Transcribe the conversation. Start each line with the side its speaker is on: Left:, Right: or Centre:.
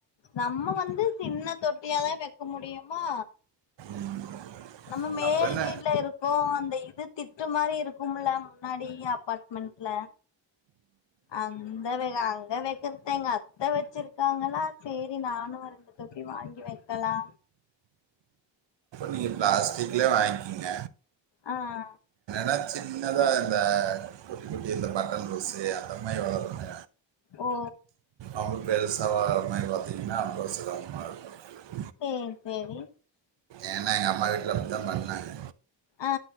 Left: நம்ம வந்து சின்ன தொட்டியாதா வெக்க முடியுமா
Right: ம்.
Left: நம்ம மேல்
Right: அப்போ என்ன
Left: வீட்ல இருக்கோ அந் த இது திட்டு மாரி இருக்கும்ல முன்னாடியே அப்பாட்மெண்ட்ல அந்த வெ அங்க வெக்கற்து எங்க அத்த வச்சிருக்காங்களா சேரி நானு ரெண்டு தொட்டி வாங்கி வெக்கலா
Right: நீங்க ப்ளாஸ்ட்டிக்லே வாய்ங் கிங்க
Left: அ ஆ
Right: ஆனா சின்னதா இந்த குட்டி குட்டி இந்த பட்டன் ரோஸு அந்த மாரி வளருங்க
Left: ஓ
Right: அவுங்கள் சவ மை பாத்தீங்னா <unintelligible>
Left: சேர் செரி
Right: ஏன்ன அமா வீட்ல அப்டித்தா பண்ணாங்க
Left: ஆ